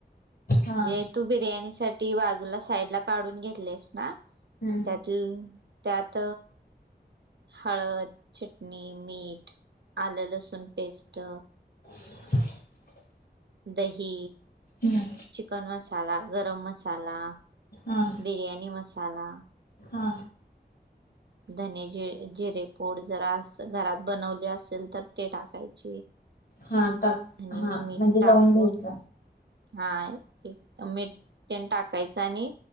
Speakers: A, on the left; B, on the right.
A: हा
B: जे तू ब बिर्याणी साठी बाजूला साईड ला काढून घेतलेस ना?
A: हम्म.
B: त्यात त्यात हळद चटणी मीठ आलं लसूण पेस्ट
A: <inaudible>
B: दही
A: हम्म.
B: चिकन मसाला गरम मसाला.
A: हा
B: बिर्याणी मसाला.
A: हा.
B: धने जी जिरे पूड जरा अस घरात बनवले असेल तर ते टाकायची.
A: हा टाक
B: आणि
A: हा
B: मीठ
A: म्हणजे
B: टाकून
A: लाऊन घ्यायच.
B: हा एक मीठन टाकायचं आणि